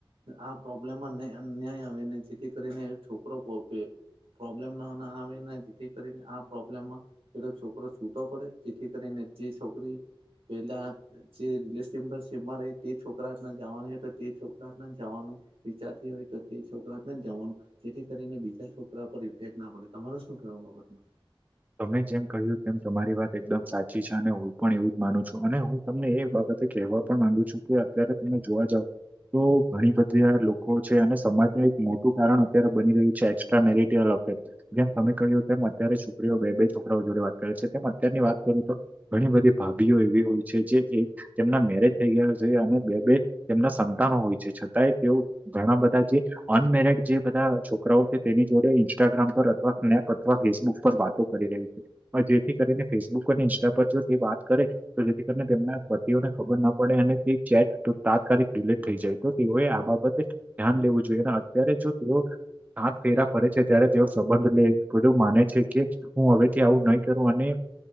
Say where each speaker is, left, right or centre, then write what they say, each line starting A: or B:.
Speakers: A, on the right; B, on the right.
A: આ પ્રોબ્લેમમાં ન અન્યાય આવે ને જેથી કરીને છોકરો પપે પ્રોબ્લેમ ના ના આવે જેથી કરીને આ પ્રોબ્લેમમાં પેલો છોકરો છૂટો પડે જેથી કરીને જે છોકરી પેલા જે તે છોકરાને <inaudible> જવાની હોય તો તે છોકરા જવાનું વિચારતી હોય તે છોકરા જવાનું જેથી કરીને બીજા છોકરા પર ઇફેક્ટ ના પડે તમારે શું કેવા બાબતમાં?
B: તમે જેમ કહ્યું તેમ તમારી વાત એકદમ સાચી છે અને હું પણ એવું માનું છું અને હું તમને એ બાબતે કહેવા પણ માંગુ છું કે અત્યારે તમે જોવા જાવ તો ઘણી આ બધી લોકો છે અને સમાજનું એક મોટું કારણ અત્યારે બની રહ્યું છે એક્સ્ટ્રા મેરટયલ અફેર. જેમ તમે કહ્યું તેમ અત્યારે છોકરીઓ બે બે છોકરાઓ જોડે વાત કરે છે તેમ અત્યારની વાત કરું તો ઘણી બધી ભાભીઓ એવી હોય છે જે એક તેમના મેરેજ થઈ ગયા છે અને બે બે તેમના સંતાનો હોય છે છતાંય તેઓ ઘણા બધા જે અનમેરડ જે બધા છોકરાઓ છે તેની જોડે ઇન્સ્ટાગ્રામ પર અથવા સ્નેપ અથવા ફેસબુક પર વાતો કરી રહ્યું છે જેથી કરીને ફેસબુક અને ઇન્સ્ટા પર જો તે વાત કરે તો જેથી કરીને તેમના પતિઓને ખબર ના પડે અને તે ચેટ તાત્કાલિક ડિલેટ થઈ જાય તો હોય આ બાબતે ધ્યાન લેવું જોઈએ અને અત્યારે જો તેઓ સાત ફેરા પડે છે ત્યારે તેઓ સંબંધ લે એ બધું માને છે કે હું હવે ત્યા આવું નહી કરું અને